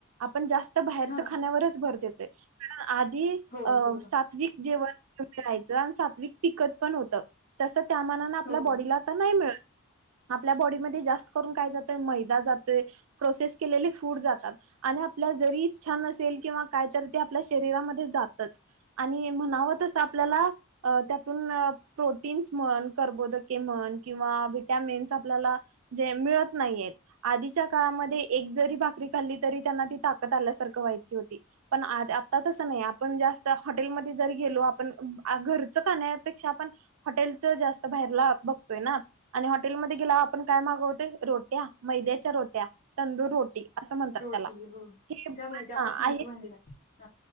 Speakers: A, on the right; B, on the left.
A: आपण जास् त बाहेरच
B: हा
A: खाण्या्यावरच भर देतोय कारण आधी
B: हो
A: अ
B: अगदी बरोबर
A: सात्विक जेवण राहायचं आणि सात्विक पिकत पण होत तस त्या मानांन आपल्या
B: हो हो
A: बॉडीला आता नाही मिळत
B: <inaudible>
A: आपल्या बॉडीमध्ये जास्त करून काय जातय मैदा जातोय प्रोसेस केलेले फूड जातात आणि आपल्या ला जरी छान असेल किंवा कायतर ते आपल्या शरीरामध्ये जातच आणि म्हणावतस आपल्याला त्यातून प्रोटी प्रोटीन्स म्हण कर्बोदके म्हण किंवा वि्हटॅमिन्स आपल्याला जे मिळत नाहीेयेत. आधीच्या काळामध्ये एक जरी भाकरी खाल्ली तरी त्यांना ती ताकद आल्यासारखं व्हायची होती. आ आत्ताच तसं नाही आपण जास्त हॉटेलमध्ये जर गेलो आपण घरचं खण्यापेक्षा आपण हॉटेलच जास्त बाहेरला बघतोय ना आणि हॉटेलमध्ये गेलावर आपण काय मागवतोय रोट्या मैद्याच्या रोट्या तंदूर रोटी असं म्हणतात
B: रोटी
A: त्याला
B: हो
A: हे
B: ज्या मैद्यापासूनच
A: अ आहे
B: बनलेल्या